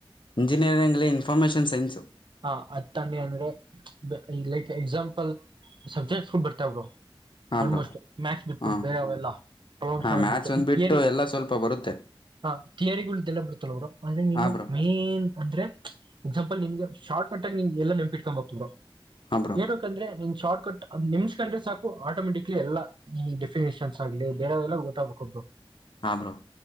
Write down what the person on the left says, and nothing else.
ಎಂಜಿನಿಯರಿಂಗ್ಲಿ ಇನ್ಫರ್ಮೇಶನ್ ಸೈನ್ಸು
ಹಾಂ
ಬ್ರೋ
ಹಾಂ
ಹಾಂ
ಮ್ಯಾಥ್ಸ್
ಒಂದು
ಎಲ್ಲ ಸ್ವಲ್ಪ ಬರುತ್ತೆ
ಹಾಂ ಬ್ರೋ
ಹಾಂ ಬ್ರೋ
ಹಾ ಬ್ರೋ